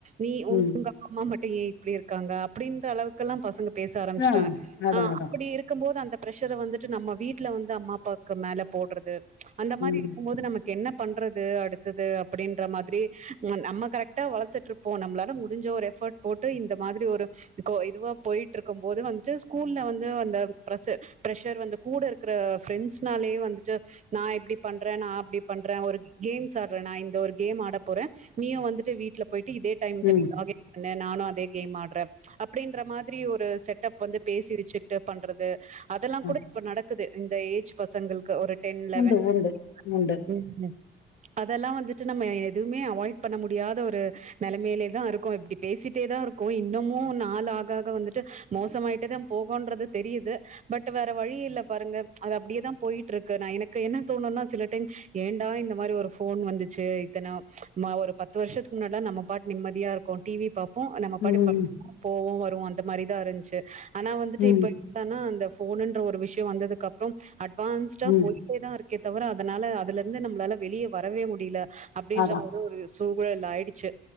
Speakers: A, on the right (about 35°); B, on the left (about 65°).
A: நீ உ
B: ம்
A: உங்க அப்பா அம்மா மட்டும் ஏன் இப்டி இருக்காங்க அப்டின்ற அளவுக்குல்லாம் பசங்க பேச ஆரம்பிச்சிட்டாங்க
B: ஆ அதா
A: ஆ
B: அதா
A: அப்டி இருக் இருக்கும் போது அந்த பிரஷர் வந்துட்டு நம்ம வீட்ல வந்து அம்மா அப்பாவுக்கு மேல போடுறது அந்த மாரி
B: ம்
A: இருக்கும்போது நம்ம என்ன பண்றது அடுத்தது அப்டின்ற மாதிரி ம்ம நம்ம கரெக்டா வளத்துட்டு இரு ப்போ நம்மளால முடிஞ்ச ஒரு எஃபோட் போட்டு இந்த மாதிரி ஒரு <unintelligible> இதுவா போய்ட்டு இருக்கு போது வந்துட்டு ஸ்கூல்ல வந்து வந்த ப்ரஷு ப்ரஷர் வந்து கூட இருக்குற ஃப்ரெண்ட்ஸ்னாலயே வந்துட்டு நா எப்டி பண்றே நா அப்டி பண்றே ஒரு கேம்ஸ்ஸு ஆடுறே நா இந்த ஒரு கேம் ஆட போறே நீயு வந்துட்டு வீட்ல போய்ட்டு இதே டைம்க்கு
B: ம்
A: நீ லாகின் நானு அதே கேம் ஆடுறே அப்டின்ற மாதிரி ஒரு செட்டப் வந்து பேசி வச்சுகிட்டு பண்றது அதெல்லா கூட
B: அதா
A: இப்ப நடக்குது இந்த ஏஜ் பசங்களுக்கு ஒரு டென் லெவன்
B: உண்டு
A: <inaudible>
B: உண்டு உண்டு
A: ம் அதெல்லா வந்துட்டு நம்ம எதுவுமே அவாய்ட் பண்ண முடியாத ஒரு நெலமையிலே தா இருக்கோ இப்டி பேசிட்டே தா இருக்கோ இன்னமு நாள் ஆக ஆக வந்துட்டு மோசமாயிட்டே தா போகுன்றது தெரியுது பட் வேற வழி இல்ல பாருங்க அது அப்டியேதா போய்ட்டு இருக்கு நா எனக்கு என்ன தோணுனா சில டைம் ஏண்டா இந்த மாதிரி ஒரு ஃபோன் வந்துச்சு இத்தன மா ஒரு பத்து வருஷத்துக்கு முன்னல்லா நம்ம பாட்டு நிம்மதியா இருக்கோ டி வி பாப்போ நம்ம பாட்டுக்கு
B: ம்
A: படிப்போ போவோ வருவோ அந்த மாரிதா இருந்துச்சு ஆனா வந்துட்டு
B: ம்
A: இப்ப எ ன்னா அந்த ஃபோனுன்ற ஒரு விஷ்ய வந்ததுக்கு அப்பறோ அட்வான்ஸ்டா
B: ம்
A: போயி தா இருக்கே தவிர அதனால அதுல இருந்து நம்பளால வெளிய வரவே முடியில அப்டின்ற
B: அதா
A: மாதிரி ஒரு சூழல் ஆயிடுச்சு